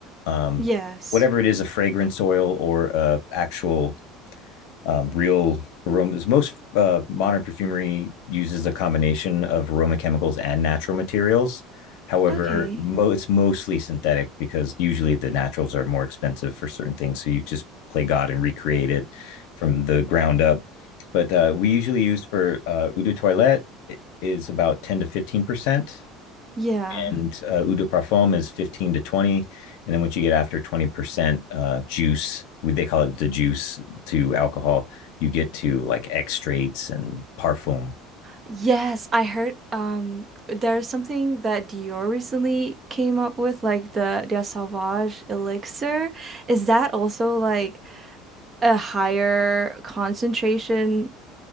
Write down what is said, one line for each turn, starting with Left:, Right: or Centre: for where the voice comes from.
Left: um,
Right: yes.
Left: whatever it is, a fragrance oil or a actual um, real aromas. Most uh, modern perfumery uses a combination of aroma chemicals and natural materials. However,
Right: Okay.
Left: mo- it's mostly synthetic because usually the naturals are more expensive for certain things. So you just play God and recreate it from the ground up. But uh, we usually use for uh, eau de toilette is about 10 to 15 percent
Right: Yeah.
Left: and uh, eau de parfum is 15 to 20 and then once you get after 20% uh, juice they call it the juice to alcohol you get to like extracts and parfum
Right: Yes, I heard um there's something that Dior recently came up with, like the their Sauvage elixir. Is that also like a higher concentration